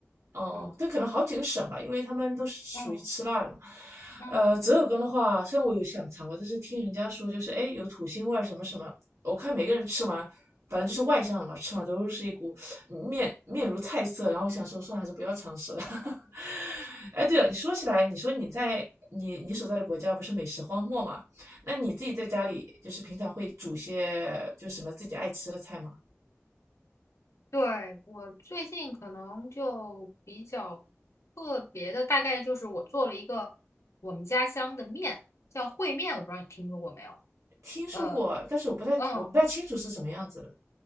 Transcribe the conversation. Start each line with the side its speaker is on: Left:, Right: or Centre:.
Right: 哦、
Left: 嗯
Right: 但可能好几个省吧，因为他们都是属于吃辣的嘛。
Left: 嗯嗯。
Right: 呃，折耳根的话，虽然我有想尝过，但是听人家说就是哎有土腥味儿什么什么，我看每个人吃完，反正就是外向的嘛，吃完都是一股面面如菜色。然后我想说，算了，还是不要尝试了。<laughs> 哎，对了，你说起来，你说你在你你所在的国家不是美食荒漠嘛？那你自己在家里就是平常会煮些就什么自己爱吃的菜吗？
Left: 对，我最近可能就比较特别的，大概就是我做了一个我们家乡的面，叫烩面，我不知道你听说过没有？
Right: 听说过，
Left: 呃，
Right: 但是我不太我不太清楚是什么样子的。
Left: 嗯，